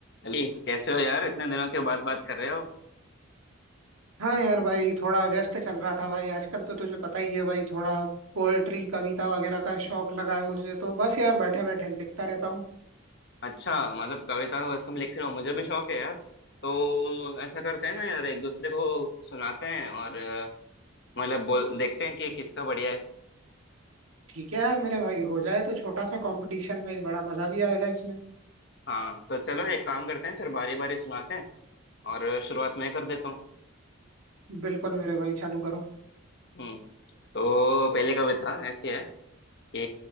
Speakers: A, on the left; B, on the right.
A: अली कैसे हो यार इतने दिनों के बाद बात कर रहे हो
B: हाँ यार भाई थोड़ा व्यस्त चल रहा था भाई आजकल तो तुझे पता ही है भाई थोड़ा पोएट्री कविता वगैरह का शौक लगा है मुझे तो बस यार बैठे बैठे लिखता रहता हूँ
A: अच्छा मतलब कविता वसम लिख रहे हो मुझे भी शौक है यार तो ऐसा करते हैं ना यार एक दूसरे को सुनाते हैं और अ, मतलब बोल देखते हैं कि किसका बढ़िया है
B: ठीक है यार मेरे भाई हो जाए तो छोटा सा कंपटीशन भाई बड़ा मजा भी आएगा इसमें
A: हाँ तो चलो एक काम करते हैं फिर बारी बारी सुनाते हैं और शुरुआत मैं कर देता हूँ
B: बिल्कुल मेरे भाई चालू करो
A: हम्म तो पहली कविता ऐसी है कि